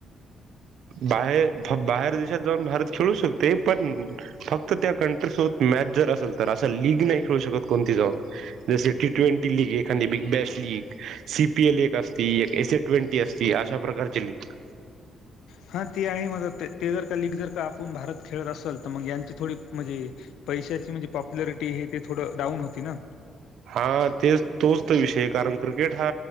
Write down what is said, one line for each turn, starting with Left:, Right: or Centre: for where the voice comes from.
Right: बाहेर बाहेर देशात जाऊन भारत खेळू शकते. पण फक्त त्या कंट्रीसोबत मॅच जर असेल तर असं लीग नाही खेळू शकत कोणती जाऊन जसे टी ट्वेंटी लीग एखादी Big Bash League C P L एक असती एक एस ए ट्वेंटी असती. अशा प्रकारची लिग-
Left: हा ते आहे माझ ते जर का लीग जर का आपण भारत खेळत असेल तर मग यांची थोडी म्हणजे पैशाची म्हणजे पॉप्युलरिटी हे ते थोडं डाऊन होती ना.
Right: हा तेच तोच विषय कारण क्रिकेट हा